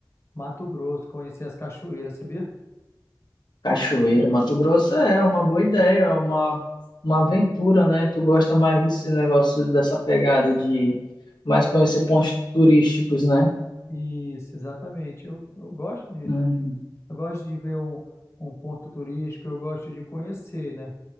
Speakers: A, on the left; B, on the left.
A: Mato Grosso, conhecer as cachoeiras, sabia?
B: Cachoeira, Mato Grosso é é uma boa ideia, é uma, uma aventura, né? Tu gosta mais desse negócio, dessa pegada de mais conhecer pontos turísticos, né?
A: Isso, exatamente. Eu, eu gosto disso.
B: Uhum,
A: Eu gosto de ver um, um ponto turístico, eu gosto de conhecer, né?